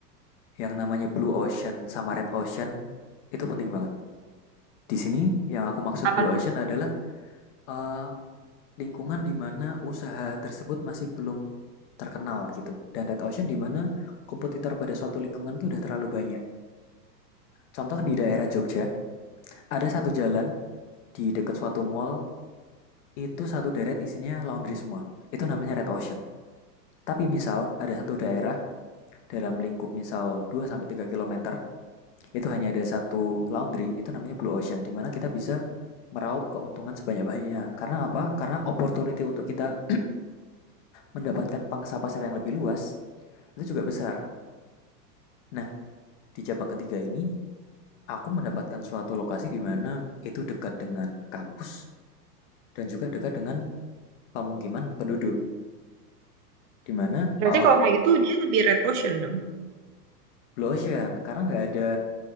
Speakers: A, on the left; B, on the right.
A: yang namanya Blue Ocean sama Red Ocean itu penting banget. Di sini yang aku maksud
B: Apa
A: Blue
B: tuh?
A: Ocean adalah eh, lingkungan di mana usaha tersebut masih belum terkenal gitu. Dan Red Ocean di mana kompetitor pada suatu lingkungan itu udah terlalu banyak. Contoh di daerah Jogja, ada satu jalan di dekat suatu mall itu satu deret isinya laundry semua. Itu namanya Red Ocean. Tapi misal ada satu daerah dalam lingkup misal 2 sampai 3 kilometer itu hanya ada satu laundry, itu namanya Blue Ocean di mana kita bisa meraup keuntungan sebanyak-banyaknya. Karena apa? Karena opportunity untuk kita mendapatkan pangsa pasar yang lebih luas itu juga besar. Nah, di cabang ketiga ini, aku mendapatkan suatu lokasi di mana itu dekat dengan kampus dan juga dekat dengan pemukiman penduduk, di mana
B: Berarti
A: uh,
B: kalau kayak gitu dia lebih red ocean dong.
A: blue ocean, karena nggak ada